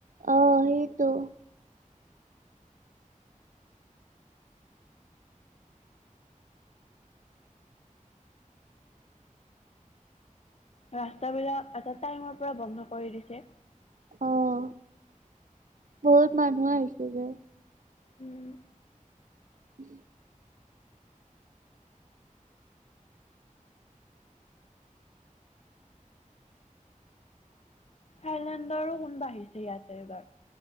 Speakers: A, on the right; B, on the left.
A: আহ সেইটো
B: ৰাস্তা বিলাক এটা টাইমৰ পৰা বন্ধ কৰি দিছে।
A: আহ বহুত মানুহ আহিছে যে।
B: উম,
A: উম
B: থাইলেণ্ডৰো কোন বাঢ়িছে ইয়াতে এইবাৰ।